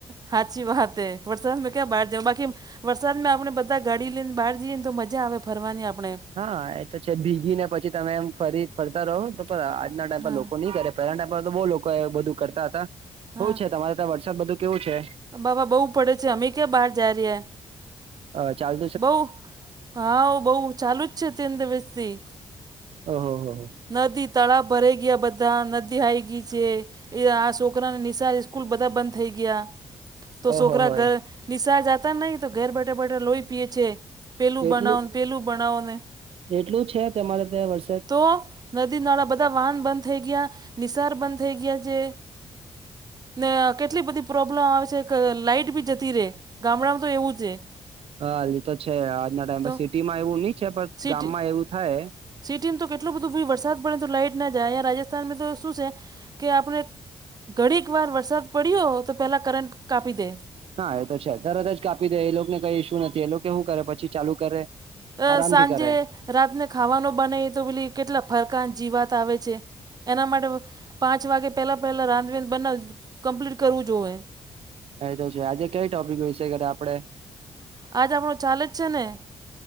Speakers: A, on the right; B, on the right.
A: હાચી વાતે વટસાઅ મેં ક્યા બાર જા બાકી વરસાદમાં આપણે બધા ગાડી લઈને બહાર જઈએને તો મજા આવે ફરવાની આપણે
B: હા એ તો છે ભીગી ને પછી તમે એમ ફરી ફરતા રહો તો આજના ટાઈમ
A: હા
B: પર લોકો નહી કરે પહેલા ટાઈ તો બહ લોકો એ બધું કરતા હતા
A: હા
B: શું છે તમારે ત્યા વરસાદ બધું કેવું છે
A: બાબા બહુ પડે છે અમે ક્યાં બહાર જઈ રહ્યાએ
B: અ ચાલ
A: બઉ હા બઉ ચાલુ જ છે અત્ય દિવસથી
B: હહ હ
A: નદી તળાવ ભરાઈ ગયા બધા નદી હાઈ ગઈ છે એ આ છોકરાને નિશા સ્કૂલ બધા બંધ થઈ ગયા તો
B: ઓહો
A: છોકરા
B: હોય.
A: ઘર નિશા જાતા નહી તો ઘર બેઠા બેઠા લોહી પીએ છે. પેલું
B: એટલું
A: બનાવો ને પહેલું બનાવો ને
B: એટલું છે તમારે ત્યાં વરસાદ
A: તો નદી નાળા બધા વાહન બંધ થઈ ગયા નિસાર બંધ થઈ ગયા છે ને કેટલી બધી પ્રોબ્લેમ આવે છે કે લાઈટ બી જતી રે ગામડામાં એવું છે
B: હા હ તો છે આજના ટાઈમ
A: તો
B: પર સિટીમાં એવું નઈ છે પણ
A: સિટી
B: ગામમાં એવું થાય
A: સિટીમાં તો કેટલોું બધું ભ વરસાદ પડે તો લાઈટ ના જાય રાજસ્થાનમાં તો શું છે કે આપણે ઘડીક વાર વરસાદ પડ્યો તો પહેલા કરંટ કાપી દે
B: હા એ તો છે તરત જ કાપી દે એ લોકોને કઈ ઇશ્યુ નથી એ લોકો શું કરે પછી ચાલુ કરે
A: અ
B: આરામથી
A: સાંજે
B: કરે
A: રાતને ખાવાનો બનાવી તો પેલી કેટલા ફરકાાન જીવાત આવે છે એના માટે પાંચ વાગે પહેલાં પહેલાં રાંધવેંધ બને કમ્પ્લીટ કરવું જોઈએ
B: એ તો છે આજે કઈ ટોપિક વિશે કર આપડે
A: આજ આપણો ચાલે જ છે ને